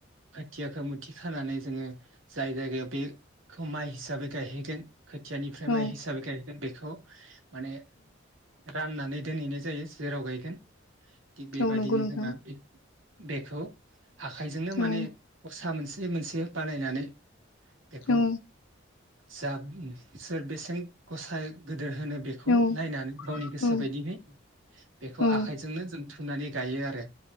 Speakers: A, on the right; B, on the left.
A: खोथियाखौ मुथि खानानै जोंङो जाय जायगायाव बेखौ माइ हिसाबै गायहैगोन खोथियानिफ्राय
B: औ
A: माइ हिसाबै गाय गोन बेखौ माने राननानै दोनहैनाय जायो जेराव गायगोन । थिग बेबादिनो
B: औ नंगौ नोंथां
A: जोंहा बे बेखौ आखाइजोंनो माने
B: औ
A: गसा मोनसे मोनसे बानायनानै बेखौ
B: औ
A: जा सोर बेसेन गसाय दोर होनो बेखौ
B: औ
A: नायनानै गावनि गोसो
B: औ
A: बायदियै बेखौ
B: औ
A: आखाइजोंनो जों फुनानै गायो आरो